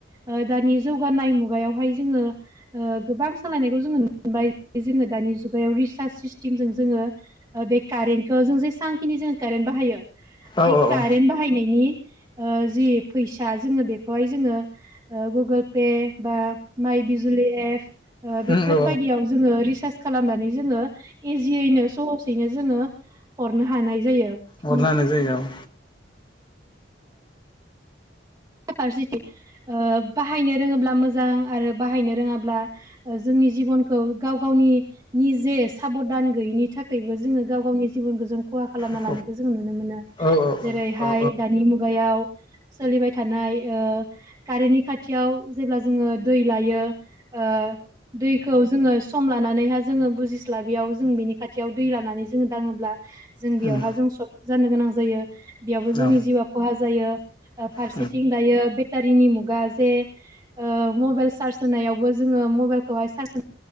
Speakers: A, on the right; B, on the left.
A: ओ दानि जौगानाय मुगायावहाय जोङो ओ गोबां सोलायनायखौ जोङो <inaudible> जोङो दानि जुगायाव रिसार्च सिस्टेमजों जोङो बे कारेन्टखौ जों जेसांखिनि जोङो कारेन्ट बाहायो
B: औ
A: बे कारेन्ट
B: औ
A: बाहायनायनि ओ जि फैसा जोङो बेखौहाय जोङो ओ गुगोल पे बा माइ बिजुलि एप बेफोरबायायदियाव
B: हरनो
A: जोङो रिसार्च खालामनानै जोङो इजियैनो सहसैनो जोङो हरनो हानाय जायो।
B: अरनो
A: उम
B: हानाय जायगायाव
A: <unintelligible> बाहायनो रोङोब्ला मोजां आरो बाहायनो रोङाब्ला ओ जोंनि जिबनखौ गाव गावनि निजे साबधान गैयिनि थाखायबो जोङो गाव गावनि जिबनखौ जों खहा खालामना
B: औ
A: लानायखौ जों नुनो मोनो
B: औ
A: जेरैहाय
B: औ
A: दानि मुगायाव सोलिबाय थानाय ओ कारेन्टनि खाथियाव जेब्ला जोङो दै लायो ओ दैखौ जोङो सम लानानैहा जोङो बुजिस्ला बेयाव जों बिनि खाथियाव दै लानानै जोङो दाङोब्ला जों बेयावहा
B: औ
A: जों सक जानो गोनां जायो। बेयावबो जोंनि
B: औ औ
A: जिउआ खहा जायो ओ फारसे
B: औ
A: थिं दायो बेटारिनि मुगा जे ओ मबाइल चार्ज होनायावबो जोंङो मबाइलखौहाय